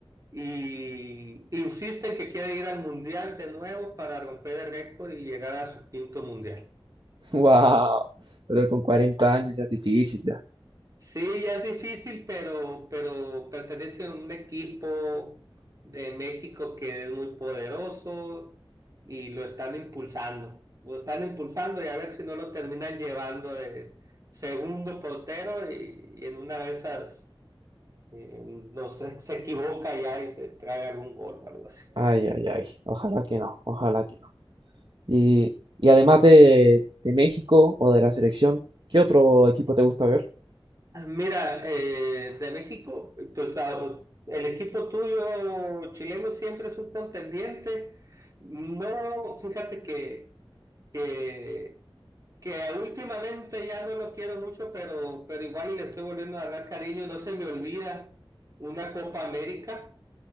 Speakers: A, on the right; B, on the right.
A: Y insisten que quiere ir al mundial de nuevo para romper el récord y llegar a su quinto mundial.
B: <laughs> ¡Wow! Pero con 40 años ya es difícil ya.
A: Sí, ya es difícil, pero, pero pertenece a un equipo de México que es muy poderoso y lo están impulsando. Lo están impulsando y a ver si no lo terminan llevando de segundo portero y, y en una de esas eh, no sé, se equivoca ya y se trae algún gol o algo así.
B: Ay, ay, ay. Ojalá que no, ojalá que no. Y, y además de, de México o de la selección, ¿qué otro equipo te gusta ver?
A: Ah, Mira, eh, de México, o sea, el equipo tuyo chileno siempre es un contendiente. No, fíjate que, que, que últimamente ya no lo quiero mucho, pero, pero igual y le estoy volviendo a dar cariño. No se me olvida una Copa América